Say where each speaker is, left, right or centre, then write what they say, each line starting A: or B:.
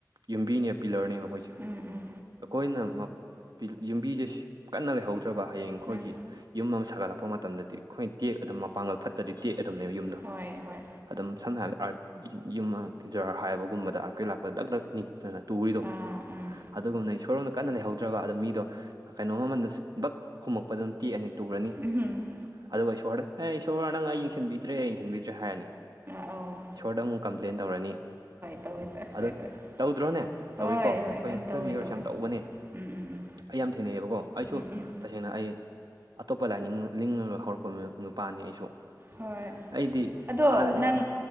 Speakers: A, on the right; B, on the right.
A: ꯌꯨꯝꯕꯤꯅꯦ ꯄꯤꯂꯔꯅꯦꯕ ꯑꯩꯈꯣꯏꯁꯦ
B: ꯎꯝ ꯎꯝ ꯎꯝ
A: ꯑꯩꯈꯣꯏꯅ ꯌꯨꯝꯕꯤꯁꯦ ꯀꯟꯅ ꯂꯩꯍꯧꯗ꯭ꯔꯕ ꯍꯌꯦꯡ ꯑꯩꯈꯣꯏꯒꯤ
B: ꯎꯝ
A: ꯌꯨꯝ ꯑꯃ ꯁꯥꯒꯠꯂꯛꯄ ꯃꯇꯝꯗꯗꯤ ꯑꯩꯈꯣꯏ ꯇꯦꯛ ꯑꯗꯨꯝ ꯃꯄꯥꯡꯒꯜ ꯐꯠꯇꯗꯤ ꯇꯦꯛ ꯑꯗꯨꯝꯅꯦꯕ ꯌꯨꯝꯗ
B: ꯍꯣꯏ ꯍꯣꯏ
A: ꯑꯗꯨꯝ ꯁꯝꯅꯍꯜꯂꯦ ꯑꯥ ꯌꯨꯝ ꯀꯦꯖꯥꯔ ꯍꯥꯏꯕꯒꯨꯝꯕꯗ ꯑꯥꯀꯩ ꯂꯥꯛꯄꯗ ꯗꯛ ꯗꯛ ꯅꯤꯛꯇꯅ ꯇꯨꯔꯤꯗꯣ
B: ꯑꯥ ꯎꯝ
A: ꯑꯗꯨꯒꯨꯝꯅ ꯏꯁꯣꯔꯣꯝꯗ ꯀꯟꯅ ꯂꯩꯍꯧꯗ꯭ꯔꯒ ꯑ ꯃꯤꯗꯣ ꯀꯩꯅꯣ ꯃꯃꯜꯗ ꯕꯛ ꯍꯨꯝꯃꯛꯄ ꯑꯗꯨꯝ ꯇꯦꯛꯑꯅꯤ ꯇꯨꯔꯅꯤ
B: ꯎꯝ
A: ꯑꯗꯨꯒ ꯏꯁꯣꯔꯗ ꯑꯦ ꯏꯁꯣꯔ ꯅꯪ ꯑꯩ ꯌꯦꯡꯁꯤꯟꯕꯤꯗ꯭ꯔꯦ ꯌꯦꯡꯁꯤꯟꯕꯤꯗ꯭ꯔꯦ ꯍꯥꯏꯔꯅꯤ
B: ꯑꯥꯎ
A: ꯏꯁꯣꯔꯗ ꯑꯃꯨꯛ ꯀꯝꯄ꯭ꯂꯦꯟ ꯇꯧꯔꯅꯤ
B: ꯇꯧꯋꯦ ꯇꯧꯋꯦ
A: ꯑ
B: ꯇꯧꯋꯦ ꯇꯧꯋꯦ
A: ꯇꯧꯗ꯭ꯔꯣꯅꯦ
B: ꯍꯣꯏ
A: ꯇꯧꯏꯀꯣ ꯑꯩꯈꯣꯏ
B: ꯍꯣꯏ
A: ꯑꯩꯈꯣꯏ
B: ꯎꯝ ꯇꯧꯋꯦ
A: ꯃꯤꯑꯣꯏꯁꯨ
B: ꯇꯧꯋꯦ
A: ꯌꯥꯝ ꯇꯧꯕꯅꯦ
B: ꯎꯝ ꯎꯝ ꯎꯝ
A: ꯑꯩ ꯌꯥꯝ ꯊꯦꯡꯅꯩꯌꯦꯕꯀꯣ ꯑꯩꯁꯨ
B: ꯎꯝ ꯎꯝ
A: ꯇꯁꯦꯡꯅ ꯑꯩ ꯑꯇꯣꯞꯄ ꯂꯥꯏꯅꯤꯡ ꯂꯤꯡꯉꯒ ꯍꯧꯔꯛꯄ ꯅꯨꯄꯥꯅꯤ ꯑꯩꯁꯨ
B: ꯍꯣꯏ
A: ꯑꯩꯗꯤ
B: ꯑꯗꯣ
A: ꯍꯥꯟꯅꯗꯤ
B: ꯅꯪ
A: ꯑꯥ